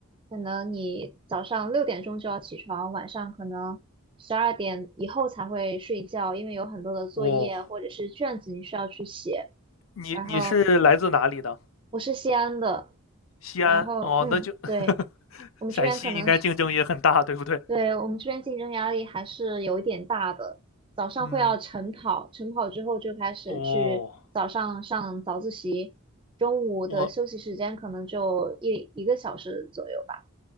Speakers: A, on the right (about 25°); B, on the left (about 70°).
A: 可能你早上六点钟就要起床，晚上可能十二点以后才会睡觉，因为有很多的作业或者是卷子你需要去写。
B: 哦，你你是来自哪里的？
A: 然后我是西安的，
B: 西安哦，
A: 然后嗯，
B: 那就 <laughs>
A: 对，我们这边可能是，
B: 陕西应该竞争也很大，对不对？
A: 对，我们这边竞争压力还是有一点大的。早上会要晨跑，
B: 嗯，
A: 晨跑之后就开始去早上上早自习，
B: 哦，
A: 中午的休息时间可能就一一个小时左右吧。
B: 我